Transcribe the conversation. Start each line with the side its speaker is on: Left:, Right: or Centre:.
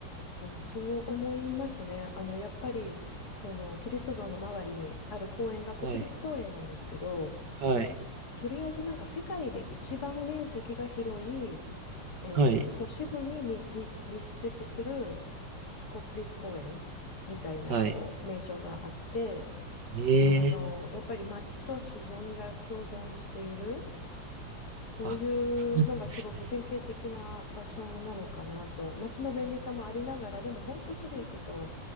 Left: あの、そう思いますね。あの、やっぱり、その、キリスト像の周りにある公園が国立公園なんですけど、
Right: はい、はい、
Left: まあ、とりあえずなんか世界で一番面積が広い、えー都市部にみ立、
Right: はい、
Left: 立設する国立公園みたいな、
Right: はい。
Left: こう、名称があって、
Right: ええ
Left: あの、やっぱり街と自然が共存している。そうい
Right: あ、そうなんですね。
Left: うのがすごく典型的な場所なのかなと街の便利さもありながらでも本当すぐ行くと